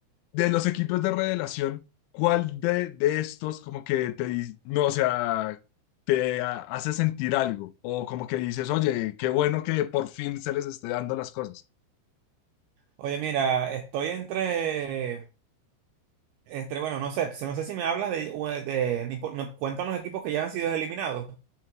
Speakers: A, on the left (about 85°); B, on the right (about 80°).
A: De los equipos de revelación, ¿cuál de, de estos como que te, di- no, o sea, te ha- hace sentir algo? O como que dices, oye, qué bueno que por fin se les esté dando las cosas.
B: Oye, mira, estoy entre, entre, bueno, no sé, no sé si me hablas de, de, de- cuéntanos equipos que ya han sido eliminados.